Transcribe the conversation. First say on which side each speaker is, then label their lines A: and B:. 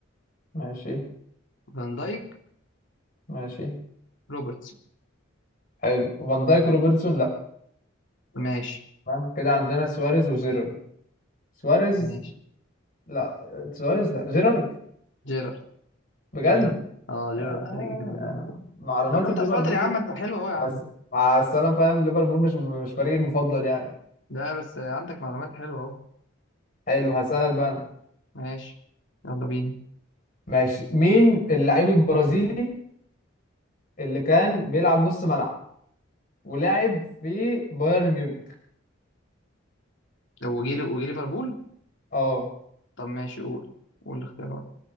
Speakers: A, on the left (about 45°); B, on the left (about 65°).
A: ماشي
B: فان دايك
A: ماشي
B: روبرتسون
A: حلو فان دايك وروبرتسون لا
B: ماشي
A: تمام كده عندنا سواريز وجيرارد سواريز
B: ماشي
A: لا سواريز لا جيرارد
B: جيرارد
A: بجد
B: جيرارد اه جيرارد
A: آه.
B: خارج كده من ليفربول
A: معلوماتي
B: طب ما انت
A: في ليفربول
B: شاطر يا عم انت حلو اهو يا عم
A: بس مع السلامة فاهم ليفربول مش مش فريقي المفضل يعني
B: لا بس عندك معلومات حلوه اهو
A: حلو هسألك بقى أنا
B: ماشي يلا بينا
A: ماشي مين اللعيب البرازيلي اللي كان بيلعب نص ملعب ولعب في بايرن ميونخ
B: هو جه وجه ليفربول
A: اه
B: طب ماشي قول قول الاختيارات